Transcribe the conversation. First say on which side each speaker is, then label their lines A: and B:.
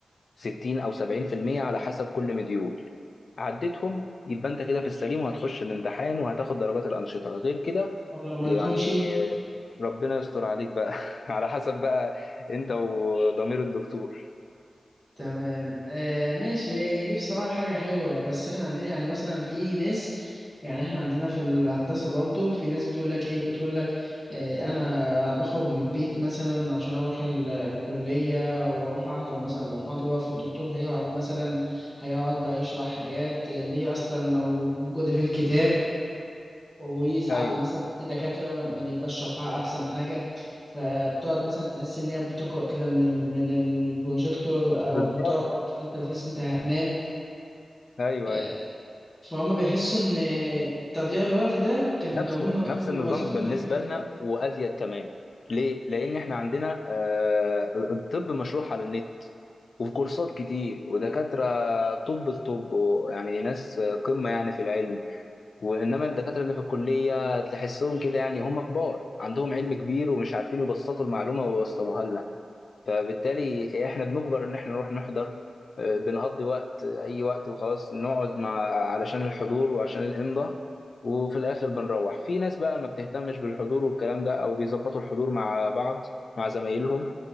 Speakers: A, on the left; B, on the left.
A: 60 او 70% على حسب كل مديول عديتهم يبقى انت كده في السليم وهتخش الامتحان وهتاخد درجات الانشطه غير كده
B: او لو ما
A: يعني
B: عدتهمش
A: ربنا يستر عليك بقى <laughs> على حسب بقى انت وضمير الدكتور
B: تمام آه ماشي هي هي دي بصراحة حاجة حلوة بس احنا عندنا يعني مثلا في ناس يعني احنا عندنا في الهندسة برضه في ناس بتقول لك ايه بتقول لك آه انا بخرج من البيت مثلا عشان اروح ال- الكلية واروح احضر مثلا محاضرة فالدكتور هيقعد مثلا هيقعد بقى يشرح حاجات اللي هي اصلا موجودة في الكتاب وساعات
A: ايوه
B: مثلا في دكاترة ما ما بيبقاش شرحها أحسن حاجة فبتقعد مثلا تحس إن هي بتقرأ كده من ال... من البروجيكتور أو
A: بالظبط
B: بتقعد فأنت بتحس إن أنت هتنام
A: ايوه
B: آه،
A: ايوه
B: فهم بيحسوا إن تضييع الوقت ده كان
A: نفس
B: لو هم كانوا
A: نفس النظام
B: ذاكروا
A: بالنسبه
B: الحاجة في البيت
A: لنا وازيد كمان ليه؟ لان احنا عندنا آه، الطب مشروع على النت وفي كورسات كتير ودكاتره طب في طب يعني ناس قمه يعني في العلم وانما الدكاتره اللي في الكليه تحسهم كده يعني هم كبار عندهم علم كبير ومش عارفين يبسطوا المعلومه ويوصلوها لنا فبالتالي احنا بنجبر ان احنا نروح نحضر آه، بنقضي وقت اي وقت وخلاص نقعد مع علشان الحضور وعشان الامضاء وفي الاخر بنروح في ناس بقى ما بتهتمش بالحضور والكلام ده او بيظبطوا الحضور مع بعض مع زمايلهم